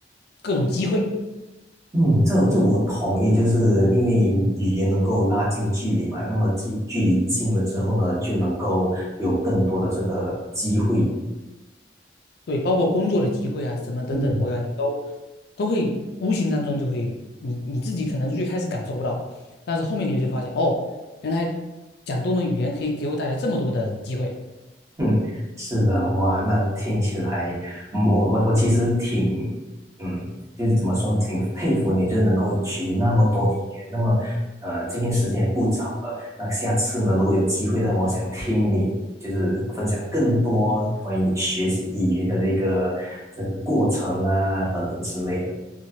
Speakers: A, on the left (about 60°); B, on the right (about 15°).
A: 各种机会。
B: 嗯，这这我同意，就是因为语言能够拉近距离嘛，那么距距离近了之后呢，就能够有更多的这个机会。
A: 对，包括工作的机会啊，什么等等，
B: 嗯，
A: 我感觉都都会无形当中就会，你你自己可能最开始感受不到，但是后面你就会发现，哦，原来讲多门语言可以给我带来这么多的机会。
B: 嗯，是的，哇，那听起来，嗯我我我其实挺，嗯，就是怎么说，挺佩服你，就是能够学习那么多语言。那么，呃，今天时间也不早了，那下次呢，如果有机会的话，我想听你就是分享更多关于你学习语言的这个这个过程啦，等等之类的。